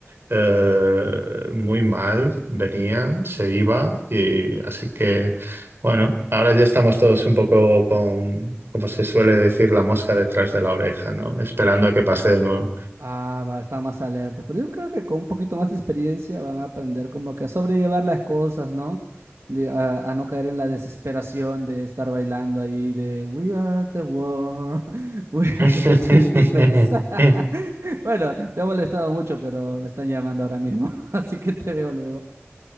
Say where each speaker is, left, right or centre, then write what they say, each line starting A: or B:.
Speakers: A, on the right (about 55°); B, on the right (about 75°).
A: eh, muy mal, venía, se iba, y así que bueno, ahora ya estamos todos un poco con, como se suele decir, la mosca detrás de la oreja, ¿no? Esperando a que pase de nuevo.
B: Ah, va, están más alertas, pero yo creo que con un poquito más de experiencia van a aprender como que a sobrellevar las cosas, ¿no? De- a, a no caer en la desesperación de estar bailando ahí de We are the world, <laughs> we
A: <laughs>
B: are the children. <laughs> Bueno, te ha molestado mucho, pero me están llamando ahora mismo, <laughs> así que te veo luego.